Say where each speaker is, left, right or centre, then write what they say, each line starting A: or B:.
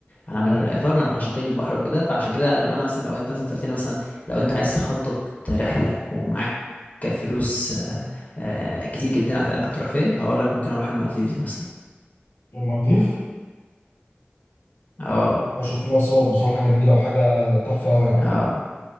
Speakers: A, on the left; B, on the left.
A: انا
B: ايوه
A: من يعتبر من عاشقين البحر وكده فعشان كده لما انا مثلا لو انت مثلا سالتني مثلا لو انت عايز تخطط رحله ومعاك فلوس آه، آه، كتير جدا هت- هتروح فين هقول لك ممكن اروح المالديفز مثلا
B: المالديف
A: اه
B: بشوف لها صور بصراحه جميله وحاجه تحفه قوي يعني
A: اه